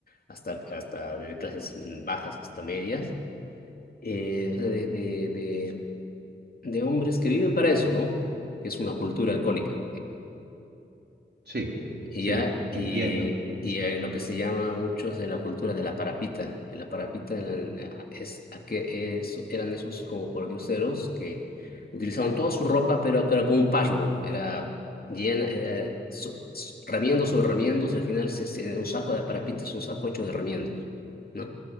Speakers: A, on the left (about 50°); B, on the right (about 55°).
A: hasta, hasta de clases mm, bajas hasta medias. Eh, o sea, de, de, de, de hombres que viven para eso, ¿no? Que es una cultura alcohólica.
B: Sí,
A: Y
B: sí,
A: ya, y,
B: entiendo.
A: y eh, lo que se llama mucho es de la cultura de la parapita. En La parapita en- en- es, a que es- eran esos como pordioseros que utilizaban toda su ropa, pero que era como un patchwork. Era llena, era so- s- remiendos sobre remiendos, y al final se- se- un saco de parapita es un saco hecho de remiendos, ¿no?